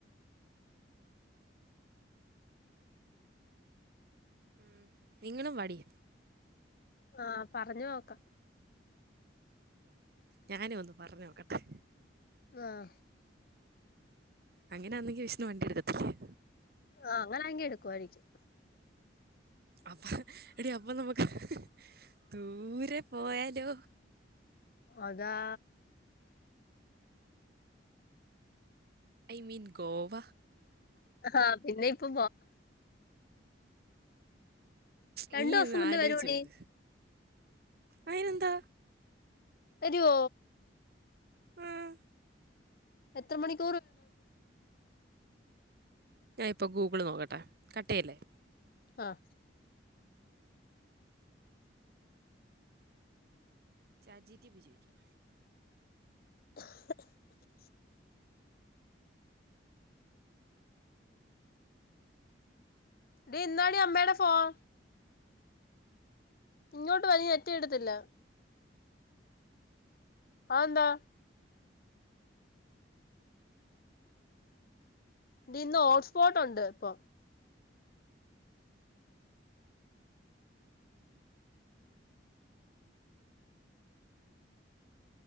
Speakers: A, on the right; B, on the left.
A: ഉം നിങ്ങളും വടി
B: ആഹ പറഞ്ഞു നോക്കാം
A: ഞാന ഒന്ന്ു പറഞ്ഞോക്കട്ടെ
B: ആഹ
A: അങ്ങനൊന്നെങ്കി വിഷ്ണു വണ്ടി എടുക്കത്തില്ലേ
B: ആ അങ്ങനെ അങ്കി എടുക്കുമായിരിക്കും
A: അപ്പ എട അപ്പൊ നമുക്ക് ദൂരെ പോയാലോ
B: അതാ
A: ഐ മീൻ ഗോവ
B: ആഹ പിന്നെ ഇപ്പൊ രണ്ടു
A: നീ
B: ദിവസം
A: ഒന്ന്
B: മുന്നേ
A: ആലോചിച്ചു
B: വരൂടി
A: നോക്ക് അയിനെന്താ
B: അത്ോ
A: ആം
B: എത്ര മണിക്ക്
A: ഞാാനിപ്പോൊ ഗൂഗിള് നോക്കട്ടെ കട്ടേല്ലേ
B: ആഹ
A: ചാജീറ്റിപ്പ ജോയിിക്കും
B: <unintelligible> ഇ ഇന്നാടി അമ്മയുടെ ഫോൺ ഇങ്ങോട്ട് പനി എറ്റ എടുത്തില്ല ആന്താ ഇ ഇന്ന് ഹോട്ട്സ്പോട്ട്ുണ്ട് ഇപ്പൊ